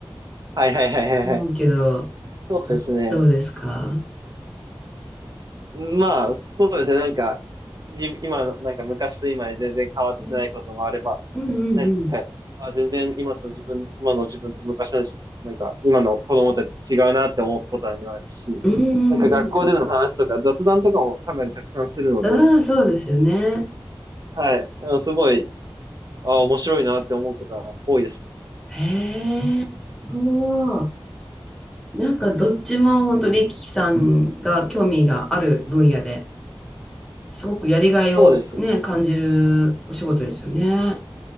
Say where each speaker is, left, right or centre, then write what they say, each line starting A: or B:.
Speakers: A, on the right; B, in the centre.
A: はいはいはいはいはい。
B: 思うけど、
A: そうですね。
B: どうですか
A: まあ、そうですね。なんか、自分、今の、なんか昔と今で全然変わってないこともあれば、
B: うんうんうん。
A: なんか、あ、全然今と自分、今の自分と昔の自分、なんか、今の子供たち違うなって思うことありますし、
B: うんうん
A: なんか学校での話とか雑談とかもかなりたくさんするので、
B: うん。ああ、そうですよね。
A: はい。あのすごい、あ、面白いなって思うことは多いですね。
B: へえ。おーなんかどっちも本当にリキさんが興味がある分野ですごくやりがいをね、
A: そうですね。
B: 感じるお仕事ですよね。